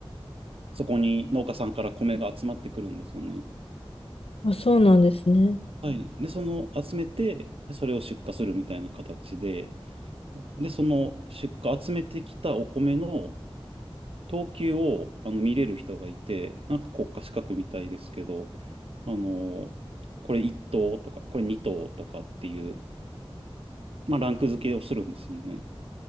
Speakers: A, on the right (about 70°); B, on the left (about 75°).
A: そこに農家さんから米が集まってくるんですよね。
B: あ、そうなんですね。
A: はい。で、その集めて、で、それを出荷するみたいな形で、で、その出荷、集めてきたお米の等級をあの見れる人がいて、なんか国家資格みたいですけど、あの、これ1等とか、これ2等とかっていう、まあ、ランク付けをするんですよね。